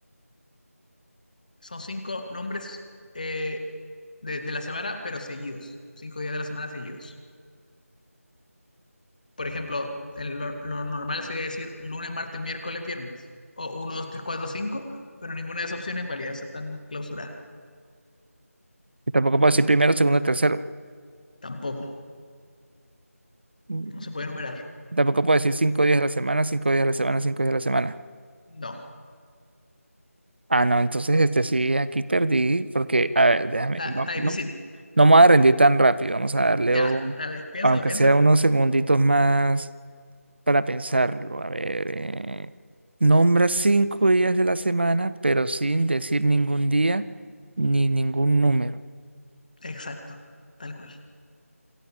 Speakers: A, on the left; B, on the right.
A: Son cinco nombres eh, de, de la semana, pero seguidos. Cinco días de la semana seguidos. por ejemplo, el- lo, lo normal sería decir lunes, martes, miércoles, viernes, o uno 2 3 4 cinco pero ninguna de esas opciones es válida, esas están clausuradas.
B: Y tampoco puedo decir primero, segundo, tercero.
A: Tampoco,
B: Mm,
A: no se puede enumerar.
B: Tampoco puedo decir cinco días a la semana, cinco días a la semana, cinco días a la semana.
A: No,
B: Ah, no, entonces este sí, aquí perdí, porque, a ver, déjame,
A: está,
B: va-
A: está
B: no,
A: difícil.
B: no me voy a rendir tan rápido, vamos a darle
A: Ya,
B: un,
A: dale, piénsalo,
B: aunque
A: piénsalo.
B: sea unos segunditos más. Para pensarlo, a ver, eh, nombra cinco días de la semana, pero sin decir ningún día ni ningún número.
A: Exacto, tal cual.